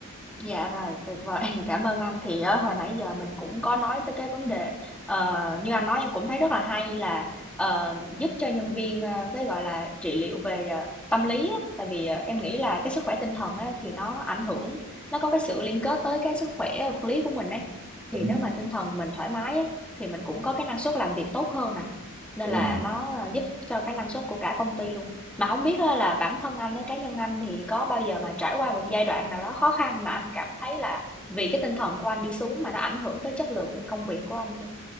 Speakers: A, in the centre; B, on the right (about 20°).
A: Dạ rồi, tuyệt vời. <laughs> Cảm ơn anh. Thì á, hồi nãy giờ mình cũng có nói tới cái vấn đề, ờ, như anh nói em cũng thấy rất là hay là, ờ, giúp cho nhân viên, ờ, cái, gọi là, trị liệu về, ờ, tâm lý á. Tại vì, ờ, em nghĩ là cái sức khỏe tinh thần á, thì nó ảnh hưởng nó có cái sự liên kết tới cái sức khỏe vật lý của mình ấy. Thì
B: đúng
A: nếu mà tinh thần mình thoải mái á, thì mình cũng có cái năng suất làm việc tốt hơn nè. Nên
B: đúng
A: là
B: rồi
A: nó, ờ, giúp cho cái năng suất của cả công ty luôn. Mà không biết á là bản thân anh ấy, cá nhân anh thì có bao giờ mà trải qua một giai đoạn nào đó khó khăn mà anh cảm thấy là vì cái tinh thần của anh đi xuống mà nó ảnh hưởng tới chất lượng công việc của anh chưa?